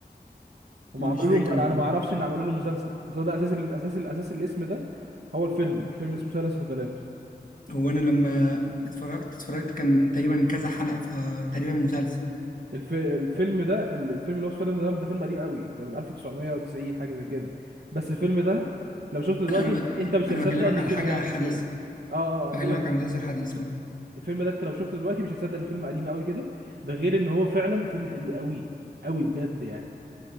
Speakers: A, on the right; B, on the left.
A: هم
B: مش
A: عملوا
B: فاكر
A: له انا
B: أنا.
A: أنا ما اعرفش ان عملوا له مسلسل بس هو ده اساس الاساس الاساس الاسم ده هو الفيلم الفيلم اللي اسمه سايلنس اوف ذا لامبس
B: هو انا لما اتفرجت اتفرجت كان تقريبا كذا حلقه فتقريبا مسلسل
A: الف... الفيلم ده ال- الفيلم اللي هو سايلنس اوف ذا لامبس ده فيلم قديم قوي ده من 1990 حاجة زي كده بس الفيلم ده لو شفته دلوقتي
B: لا انا ب...
A: انت أنت مش
B: انا
A: هتصدق
B: بكلمك
A: ان الفيلم
B: على حاجه
A: ده قديم
B: حديثه
A: كده اه اه انا
B: بكلمك
A: بقول لك
B: على مسلسل حديث اه
A: الفيلم ده انت لو شفته دلوقتي مش هتصدق ان فيلم قديم قوي كده ده غير ان هو فعلا فيلم حلو قوي قوي بجد يعني